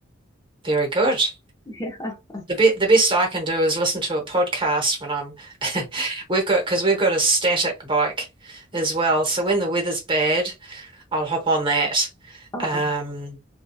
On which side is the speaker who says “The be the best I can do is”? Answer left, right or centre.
Right